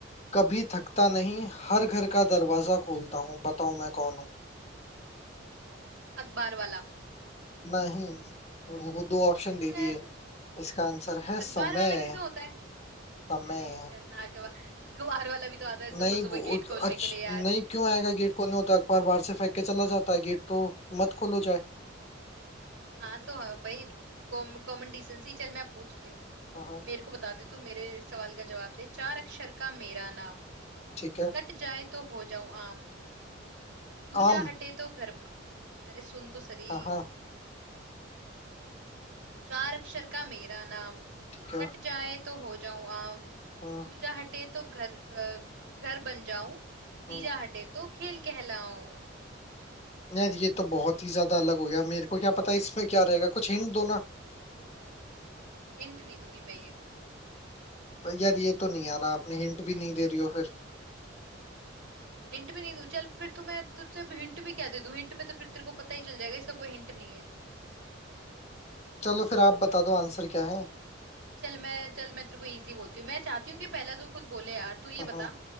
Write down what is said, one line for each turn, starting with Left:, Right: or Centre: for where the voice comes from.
Left: कभी थकता नहीं
Right: हम्म
Left: हर घर का
Right: हम्म
Left: दरवाजा खोलता हूँ बताओ मैं कौन हूँ
Right: अखबार वाला
Left: नहीं वो दो ऑप्शन
Right: क्यों
Left: दे
Right: यार
Left: दिए इसका आंसर है
Right: अखबार
Left: समय
Right: वाला भी तो होता है
Left: समय
Right: अरे चलना अखबार अखबार वाला भी तो आता है सुबह
Left: नहीं
Right: सुबह
Left: वो
Right: गेट खोलने
Left: अच्छ
Right: के लिए यार
Left: नहीं क्यों आएगा गेट खोलने हो तो अखबार बाहर से फेंक के चला जाता है गेट तो मत खोलो चाहे
Right: हाँ तो हाँ, भाई कॉम, Common decency चल मैं पूछती हूँ
Left: हाँ हाँ
Right: मेरे को बता दे तू मेरे सवाल का जवाब दे चार अक्षर का मेरा नाम
Left: ठीक है
Right: कट जाए तो हो जाऊं आम दूजा
Left: आम
Right: हटे तो घर ब- अरे सुन तो सरी
Left: हाँ हाँ
Right: चार अक्षर का मेरा नाम
Left: ठीक है
Right: कट जाए तो हो जाऊं आम
Left: हाँ
Right: दूजा हटे तो घर अ, घर बन जाऊं
Left: हाँ
Right: तीजा हटे तो खेल कहलाऊं
Left: यार ये तो बहुत ही ज्यादा अलग हो गया मेरे को क्या पता इसमें क्या रहेगा कुछ हिंट दो ना
Right: हिंट नहीं दूंगी मैं ये
Left: यार ये तो नहीं आ रहा आपने हिंट भी नहीं दे रही हो फिर
Right: हिंट भी नहीं दूं चल फिर तू मैं तुझसे हिंट भी क्या दे दूं हिंट में तो फिर तेरे को पता ही चल जाएगा इसका कोई हिंट नहीं है
Left: चलो फिर आप बता दो आंसर क्या है
Right: चल मैं चल मैं तेरे को इजी बोलती हूँ मैं चाहती हूँ कि पहले तू खुद बोले यार तू ये
Left: हाँ
Right: बता
Left: हाँ